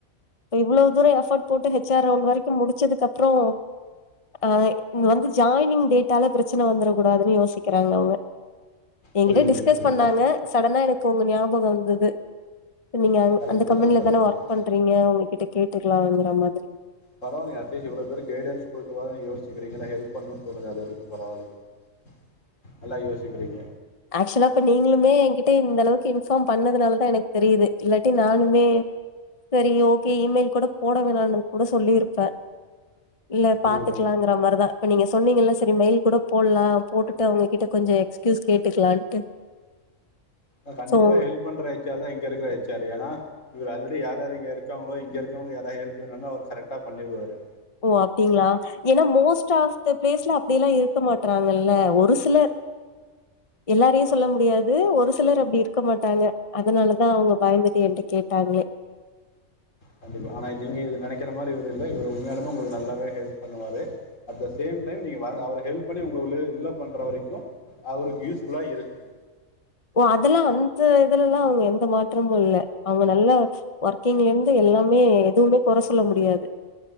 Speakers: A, on the left; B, on the left.
A: இப்ப இவ்ளோ தூரோ எஃபர்ட் போட்டு ஹெச் ஆர் ரவுண்ட் வரைக்கு முடிச்சதுக்கப்றோ ஆ இங்க வந்து ஜாயினிங் டேட்டால பிரச்சன வந்தர கூடாதுனு யோசிக்கிறாங்க அவ்ங்க எங்கிட்ட
B: புரியுதுங்க
A: டிஸ்கஸ்
B: புரியுது
A: பண்ணாங்க சடனா எனக்கு உங்க ஞாபகோ வந்துது உங்க ஞா
B: கரெக்டு
A: அந்த கம்பெனில
B: தான் கரெக்டு
A: தான ஒர்க்
B: தான்
A: பண்றீங்க உங்க கிட்ட கேட்டுக்கலாங்கற மாதிரி
B: பரவால்லங்க அட்லீஸ்ட் இவ்ளோ தூரோ கைடன்ஸ் குடுக்கலான் நீங்க யோசிக்கிறீங்கல்ல ஹெல்ப் பண்ணு தோணுதுல்ல அதுவரைக்கு பரவால்லங்க நீங்க எல்லா யோசிக்கிறீங்க
A: ஆக்சுலா இப்ப நீங்களுமே எங்கிட்ட இந்தளவுக்கு இன்ஃபாம் பண்ணதுனால தா எனக்கு தெரியிது இல்லாட்டி நானுமே செரி ஓகே இ மெயில் கூட போட வேணான்னு கூட சொல்லியிருப்பே இல்ல
B: புரியுதுங்க
A: பாத்துக்கலாங்கிற மாரிதா இப்ப நீங்க சொன்னீங்கல்ல செரி மெய்ல் கூட போட்லா போட்டுட்டு அவ்ங்க கிட்ட கொஞ்ச எக்ஸ்க்யூஸ் கேட்டுக்கலான்ட்டு
B: அ கண்டிப்பா
A: சோ உங்க
B: ஹெல்ப் பண்ற ஹெச் ஆரு தா இங்கருக்கற ஹெச் ஆரு ஏனா இவுர் ஆல்ரெடி யார் யாரு இங்க இருக்காங்களோ இங்கருக்கவ்ங்க யாரா ஹெல்ப் வேணுனா அவுரு கரெக்ட்டா பண்ணீருவாரு
A: ஓ அப்டிங்ளா ஏனா மோஸ்ட் ஆஃப் த ப்ளேஸ்லா அப்டியெல்லா இருக்க மாட்றாங்கல்ல ஒரு சிலர் எல்லாரையு சொல்ல முடியாது ஒரு சிலர் அப்டி இருக்க மாட்டாங்க அதுனாலதா அவ்ங்க பயந்துட்டு என்ட்டா கேட்டாங்ளே
B: கண்டிப்பா ஆனா நீங்க இது நெனைக்கற மாரி இவுரு இல்ல இவுர் உண்மையாலுமே உங்களுக்கு நல்லாவே ஹெல்ப் பண்ணுவாரு அட் த சேம் டைம் நீங்க வாங்க அவுரு ஹெல்ப் பண்ணி அவுங்கள <unintelligible> பண்ற வரைக்கு அவருக்கு யூஸ்ஃபுல்லா இருக்கணு
A: ஓ அதெல்லா அந்த இதுலல்லா அவுங்க எந்த மாற்றமு இல்ல அவுங்க நல்ல ஒர்க்கிங்லர்ந்து எல்லாமே எதுவ்மே கொற சொல்ல முடியாது